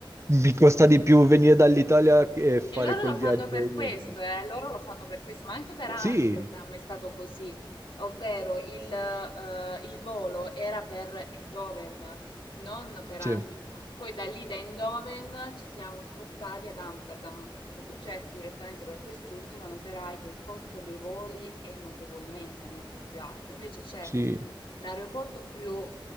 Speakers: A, on the right (about 30°); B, on the left (about 70°).
A: mi costa di più venire dall'Italia che fare
B: E loro
A: quel
B: lo fanno
A: viaggio
B: per
A: in
B: questo,
A: autobus.
B: eh, loro lo fanno per questo, ma anche per Amsterdam
A: Sì,
B: è stato così, ovvero il, eh, il volo era per Eindhoven, non per
A: sì,
B: Amsterdam. Poi da lì da Eindhoven ci siamo spostati ad Amsterdam, perché se tu cerchi direttamente per quest'ultima noterai che il costo dei voli è notevolmente molto più alto, invece cerchi
A: sì,
B: l'aeroporto più